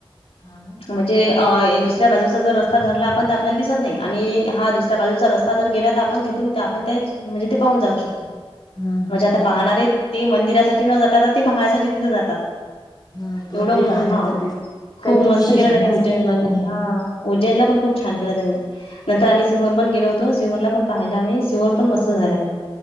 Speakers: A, on the left (about 45°); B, on the left (about 75°).
A: हान.
B: म्हजे अ ए दुस दुसऱ्या बाजूचा जर रस्ता धरला आपण त आपल्याल दिसत नई अणि हा दुसऱ्या बाजूचा रस्ता जर गेला त आपण तिथून आपण त्याईच् म्हणजे ते पाहून जाऊ शक् तो
A: हम्म
B: म्हजे
A: हम्म
B: आता
A: बोला.
B: पाहणारे ते मंदिरासाठी न जाता आता ते पाहण्यासाठी तिथं जातात.
A: हम्म पण
B: एवढं
A: ते
B: म
A: पाहण्यासाठीच
B: हं
A: काहीतरी
B: खूप मस्त
A: विशेष
B: केलं
A: आहे
B: त्यांनी
A: ना समज
B: उज्जैनला
A: नवीन
B: पण.
A: आहे.
B: ज्जैनला पण खूप छान केलं त्यांनीं नंतर
A: हा.
B: आम्ही सिहोर पण गेलो होत् तो सिहोरला पण पाहायला आम्ही. सिहोर पण मस्त झालाय.